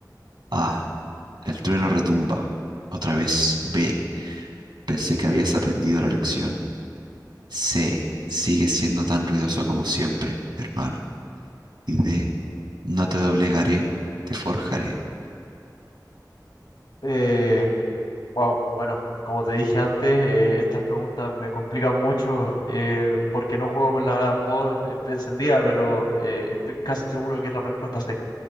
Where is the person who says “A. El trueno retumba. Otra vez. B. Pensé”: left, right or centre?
Right